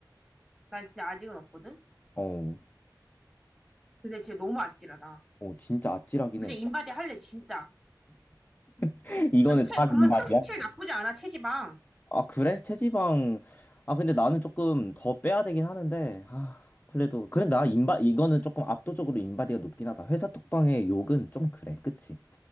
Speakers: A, in the centre; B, on the left.
A: 난 진짜 아직은 없거든?
B: 어,
A: 근데 진짜 너무 아찔하다.
B: 어 진짜 아찔하긴
A: 그냥
B: 해.
A: 인바디 할래, 진짜.
B: <laughs> 이거는
A: 아, 채-
B: 다인바이야
A: 그거 37 나쁘지 않아, 체지방.
B: 아 그래? 체지방 아 근데 나는 조금 더 빼야 되긴 하는데 아 그래도 그래 나 인바 이거는 조금 압도적으로 인바디가 높긴 하다. 회사 톡방의 욕은 좀 그래, 그치?